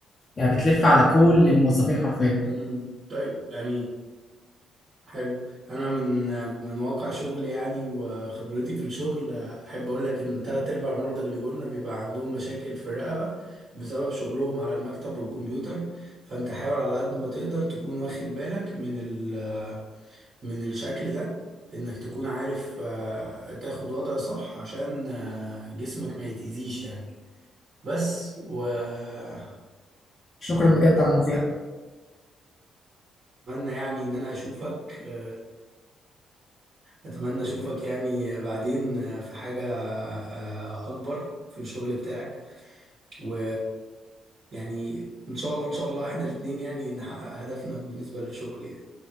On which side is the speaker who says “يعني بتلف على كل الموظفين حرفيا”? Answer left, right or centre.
Left